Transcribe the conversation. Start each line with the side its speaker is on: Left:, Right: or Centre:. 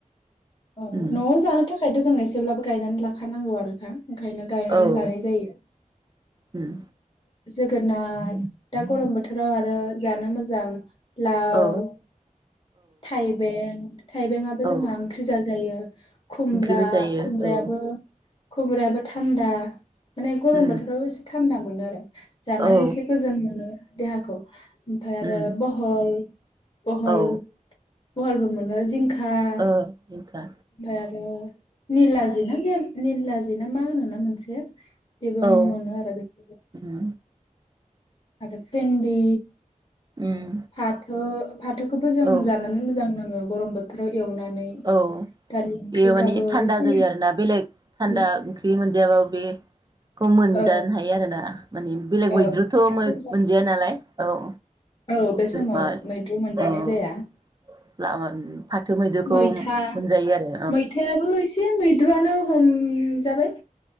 Left: अ
Right: उम
Left: न'आव जानो थाखाय थ' जों एसेब्लाबो गायनानै लाखानांगौ आरोखा ओंखायनो गायनानै
Right: औ
Left: लानाय जायो।
Right: उम
Left: जोगोनार दा गरम बोथोराव आरो जानो मोजां। लाव
Right: औ
Left: थाइबें थाइबें आबो
Right: औ
Left: जोंहा जाजायो खुमब्रा
Right: ओंख्रिबो जायो
Left: खुमब्रायाबो-खुमब्रायाबो
Right: औ
Left: थान्दा माने गरम
Right: उम
Left: बोथाव एसे था थान्दा मोनो आरो। जानानै
Right: औ
Left: एसे गोजोन मोनो। देहाखौ ओमफ्राय आरो
Right: उम
Left: बहल बहल
Right: औ
Left: बहलबो मोनो जिंखा खा
Right: ओ जिंखा
Left: आरो निलाजि ना निलाजि ना मा होनोना मोनसे बेबो
Right: औ
Left: मोनो आरो बेखौबो
Right: उम
Left: आरो भेन्दि
Right: उम
Left: फाथो फाथोखौबो जों
Right: औ
Left: जानानै मोजां नाङो। ओ गरम बोथोराव एवनानै
Right: औ
Left: दालि ओंख्रिब्लाबो
Right: बेयो माने थान्दा
Left: एसे
Right: जायो आरोना बेलेग थान्दा
Left: औ
Right: ओंख्रि मोनजायाबाबो बेखौ मोनजानो
Left: औ
Right: हायो आरोना। मानि बेलेग
Left: औ
Right: मैद्रुथ'
Left: एसेब्लाबो
Right: मोनजाया नालाय औ
Left: औ बे समाव
Right: मा
Left: मैद्रु मोनजानाय
Right: औ
Left: जाया।
Right: <unintelligible> फाथो। मैद्रुखौ
Left: मैथा
Right: मोनजायो आरो
Left: मैथायाबो एसे मैद्रुआनो खम जाबाय